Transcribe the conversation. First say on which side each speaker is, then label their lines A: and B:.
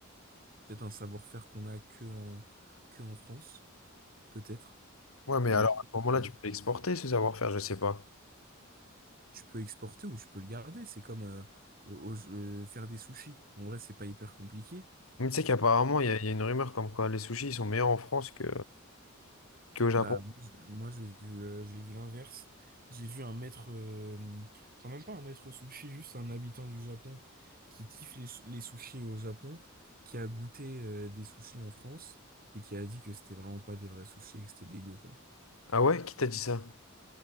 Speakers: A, on the right (about 45°); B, on the left (about 75°).
A: peut-être un savoir-faire qu'on a que en, que en France, peut-être.
B: Ouais, mais
A: Honnêtement,
B: alors à ce moment-là,
A: euh,
B: tu peux l'exporter, ce savoir-faire, je sais pas.
A: tu peux exporter ou tu peux le garder. C'est comme euh, au- euh, faire des sushis. En vrai, c'est pas hyper compliqué.
B: Mais tu sais qu'apparemment, il y, a il y a une rumeur comme quoi les sushis ils sont meilleurs en France que. que au Japon.
A: Bah, moi, je- moi, j'ai vu, euh, j'ai vu l'inverse. J'ai vu un maître, euh, genre même pas un maître sushi, juste un habitant du Japon qui kiffe les, les sushis au Japon, qui a goûté, euh, des sushis en France et qui a dit que c'était vraiment pas des vrais sushis et que c'était dégueu, quoi.
B: Ah ouais? Qui t'a dit ça?